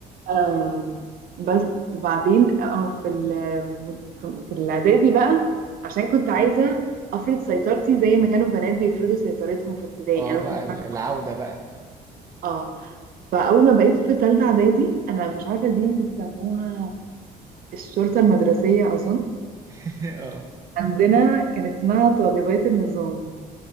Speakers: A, on the right; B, on the right.
A: آم، بس بعدين اه في ال- في في الاعدادي بقى عشان كنت عايزه افرض سيطرتي زي ما كانوا البنات بيفرضوا سيطرتهم في ابتدائي
B: اه
A: انا ما
B: بقى
A: كنتش
B: ال-
A: عارفه
B: العودة بقى
A: اه فاول ما بقيت في تالتة اعدادي انا مش عارفه دي بتسموها الشرطه المدرسيه اظن
B: <laughs> اه
A: عندنا كان اسمها طالبات النظام